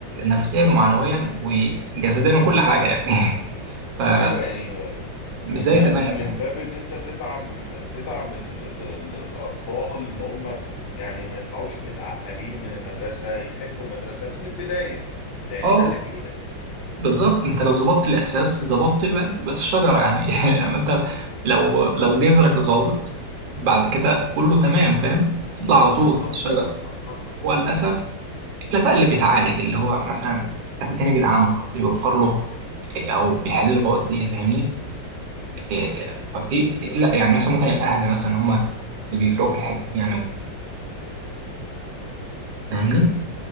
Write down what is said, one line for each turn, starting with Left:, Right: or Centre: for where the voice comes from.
Right: نفسيا ومعنويا وجسديا وكل حاجه يعني <laughs> فمش
Left: ايوه يعني م- من
Right: زي
Left: باب-
Right: زمان يعني
Left: من باب ان انت تدعم تدعم ال ال ال الاطفال ان هم يعني ما يطلعوش متعقدين من المدرسة يحبوا المدرسة من البداية لان
Right: اه
Left: ده اللي في ايدك
Right: بالظبط انت لو ظبطت الاساس ظبطت البلد بس الشجره يعني <laughs> لما انت لو لو جذرك ظابط بعد كده كله تمام فاهم تطلع على طول
Left: بالظبط
Right: الشجره
Left: اتفق
Right: هو للاسف الا بقى اللي بيتعالج اللي هو مثلا حد تاني بيدعمه حد بيوفر له او بيحل له العقده دي فاهمني إيه، ففي لا يعني مثلا ممكن الاهل مثلا هم اللي بيفرقوا في الحته دي يعني وكده. فاهمني